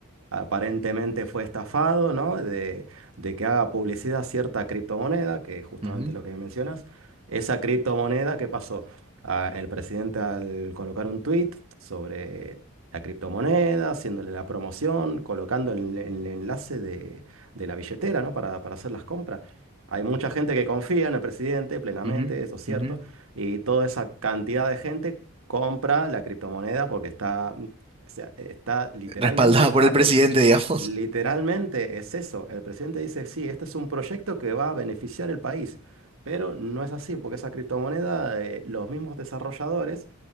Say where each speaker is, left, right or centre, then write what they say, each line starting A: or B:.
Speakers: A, on the right; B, on the right.
A: aparentemente fue estafado, ¿no? De, de que haga publicidad cierta criptomoneda, que es justamente
B: Ujú,
A: lo que mencionas. Esa criptomoneda, ¿qué pasó? Ah, el presidente al colocar un tweet sobre la criptomoneda, haciéndole la promoción, colocando el, el enlace de, de la billetera, ¿no? Para, para hacer las compras. Hay mucha gente que confía en el presidente plenamente,
B: ujú,
A: eso es cierto,
B: ujú.
A: y toda esa cantidad de gente compra la criptomoneda porque está o sea, está literalmente,
B: Respaldada
A: está
B: por el presidente,
A: prom-
B: <laughs> digamos.
A: literalmente es eso. El presidente dice, sí, este es un proyecto que va a beneficiar el país, pero no es así, porque esa criptomoneda, eh, los mismos desarrolladores,